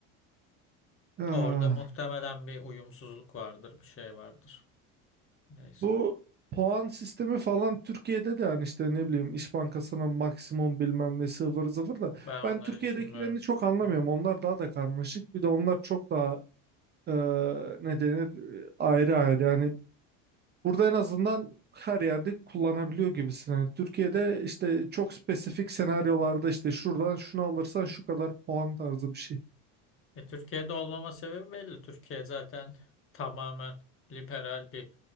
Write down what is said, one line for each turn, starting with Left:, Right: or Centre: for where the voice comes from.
Right: Ah,
Left: Orada muhtemelen bir uyumsuzluk vardır, bir şey vardır. Neyse.
Right: bu puan sistemi falan Türkiye'de de yani işte ne bileyim İş Bankası'na maksimum bilmem ne sıvır zıvır da
Left: Ben onları
Right: ben Türkiye'dekilerini
Left: hiç bilmiyorum.
Right: çok anlamıyorum.
Left: Hı hı.
Right: Onlar daha da karmaşık. Bir de onlar çok daha e, ne denir e, ayrı ayrı yani burada en azından her yerde kullanabiliyor gibisin. Yani Türkiye'de işte çok spesifik senaryolarda işte şuradan şunu alırsan şu kadar puan tarzı bir şey.
Left: E, Türkiye'de olmama sebebi belli. Türkiye zaten tamamen liberal bir